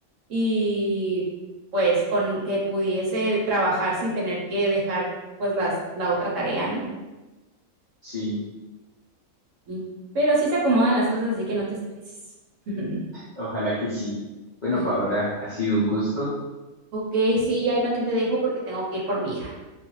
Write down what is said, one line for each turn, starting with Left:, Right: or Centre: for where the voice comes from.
Right: y pues con que pudiese trabajar sin tener que dejar pues las, la otra tarea, ¿no?
Left: sí,
Right: Sí, Pero sí se acomodan las cosas, así que no te estreses. <laughs>
Left: ojalá que sí. Bueno,
Right: Sí,
Left: Paola, ha sido un gusto.
Right: ok, sí, ya ahí también te dejo porque tengo que ir por mi hija.